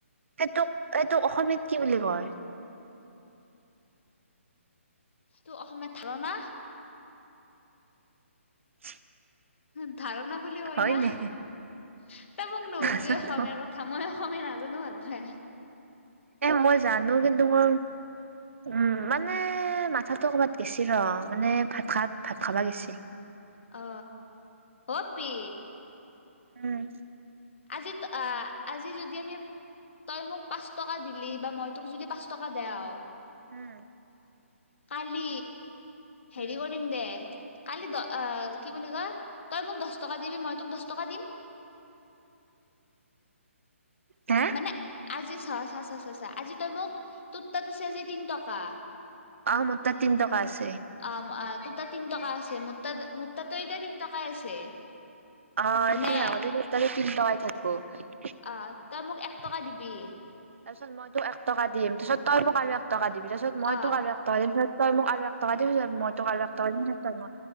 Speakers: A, on the right; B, on the left.
A: সেইটোক, এইটোক অসমীয়াত কি বুলি কয়?
B: তোৰ অসমীয়ত ধাৰনা
A: <unintelligible>
B: হম। ধাৰণা বুলি কই
A: হয়
B: না
A: দে
B: ত মোক নহলবি
A: নাজানো
B: অসমীয়াাৰ কথা মই অসমীয়া নাজো <inaudible>
A: এ মই জানো কিন্তু মই উম, মানে মাথাটো ক'বাত গেছি ৰ মানে ভাত খাত ভাত খাবা গৈছি।
B: অ অ পি
A: উম।
B: আজি আজি যদি আমি তই মোক পাঁচ টকা দিলি বা মই তোক যদি পাঁচ টকা দেও
A: উম।
B: কালি হেৰি
A: উম
B: কৰিম দে। কালি দ কি বুলি কয় তই মোক দহ টকা দিবি মই তোক দহ টকা দিম।
A: হে
B: মানে আজি চ চা চা আজি তই মোক তোৰ তাত আছে আজি তিন টকা।
A: অ', মোৰ তাত তিনটকা আছে।
B: অ', ম-ম তোৰ তাত তিন টকা আছে। মোৰ মাত মোৰ তাতো তিয়া তিন টকাই আছে।
A: অ',
B: হয়নে
A: <inaudible> থাক তাৰপিছত
B: অ তই মোক এক টকা দিবি
A: মইতো এক টকা দিম তাৰ পিছত তই পক টকা দিবি তাৰপিছত মই
B: অ
A: তোক আৰু এক টকা দিম তাৰ পিছত তই মোক আৰু এক টকা দিবি মই তোক আৰু এক টকা দিম